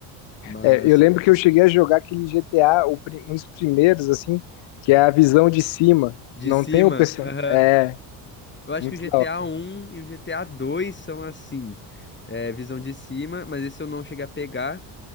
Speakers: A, on the left; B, on the left.
A: mas
B: É, eu lembro que eu cheguei a jogar aquele GTA, o pri- um dos primeiros, assim, que é a visão de cima.
A: de
B: Não
A: cima,
B: tem o pessoal.
A: aham.
B: É,
A: Eu acho
B: muito
A: que o GTA
B: da hora.
A: 1 e o GTA 2 são assim, é, visão de cima, mas esse eu não cheguei a pegar.